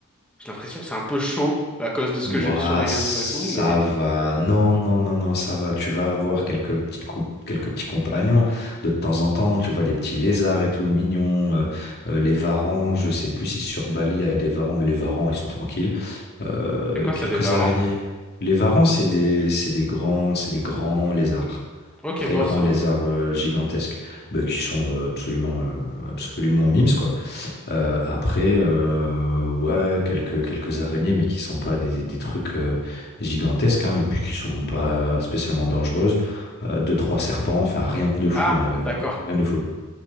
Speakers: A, in the centre; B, on the left.
A: J'ai l'impression que c'est un peu chaud à cause de ce
B: Ouah,
A: que j'ai vu sur les réseaux
B: ça
A: et tout, mais
B: va. Non, non, non, non, ça va. Tu vas avoir quelques petites com- quelques petits compagnons de temps en temps. Tu vois des petits lézards et tout mignons. euh, euh, les varans, je sais plus si sur Bali il y a des varans, mais les varans, ils sont tranquilles. Euh,
A: c'est quoi
B: quelques
A: ça, des varans?
B: araignées. Les varans, c'est des, c'est des grands, c'est des grands lézards.
A: Ok,
B: Très
A: bon,
B: grands
A: ça
B: lézards
A: va.
B: euh, gigantesques, bah, qui sont euh, absolument, euh, absolument mimes, quoi. Euh, après, euh, ouais, quelques, quelques araignées, mais qui sont pas des, des trucs euh, gigantesques, hein, et puis qui sont pas spécialement dangereuses. Euh, deux, trois serpents, enfin rien de fou
A: Ah,
B: en vrai.
A: d'accord.
B: Rien de fou.